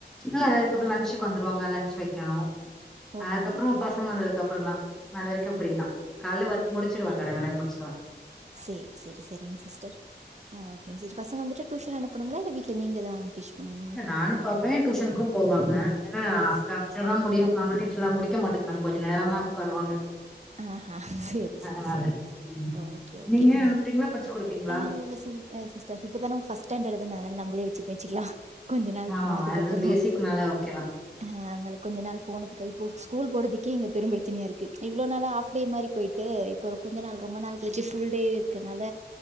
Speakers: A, in the centre; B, on the right.
A: இல்ல அதுக்கப்புற லஞ்சுக்கு வந்துருவாங்க லஞ்ச் வைக்கணு
B: ஓகேங்க
A: அதுக்கப்புற
B: ஓகே
A: பசங்க வந்ததுக்கு அப்புற தா அது வரைக்கு ஃப்ரீதா கால்ல வொர்க் முடிச்சிடுவ கடகடன்னு முடிச்சுடுவ
B: சேரி சேரி சரிங் சிஸ்டர் ஆ ஓகேங்க சிஸ் பசங்க வந்துட்டு டுஷன் அனுப்பணுங்ளா இல்ல வீட்ல நீங்க தா டீச் பண்ணுவீங்களா
A: நானு பாப்பே டுஷனுக்கு போவாங்க ஏனா அங்க
B: ஸ்-
A: ச்சா தா முடியு நம்ம டீச் எல்லா முடிக்க மாட்டுகாங்க கொஞ்ச நேரந்தா உக்காருவாங்க
B: ஆ செரி செரி
A: அதனால
B: செரிங்க சிஸ்டர்
A: ம்
B: ஓகே ஓகே
A: நீங்க
B: அ
A: அனுப்புறீங்களா படிச்சு குடுப்பீங்களா
B: இல்ல இல்ல செரி ம் சிஸ்டர் இப்ப தான ஃபஸ்ட் ஸ்டாண்டட் தான அதனால நம்மளே வச்சி மேச்சிக்கலா கொஞ்ச நாள்
A: ஆமா
B: போனதுக்கு
A: ஆமா அது
B: அப்புறோ
A: பேசிக்னால ஓகேதா
B: அ அதனால கொஞ்ச நாள் போனதுக்கு இப்போ ஸ்கூல் போறதுக்கே இங்க பெரு பிரச்சனையா இருக்கு இவ்ளோ நாள ஹாஃப் டே மாரி போயிட்டு இப்போ கொஞ்ச நாள் ரொம்ப நாள் கழிச்சு ஃபுல் டே இருக்கனால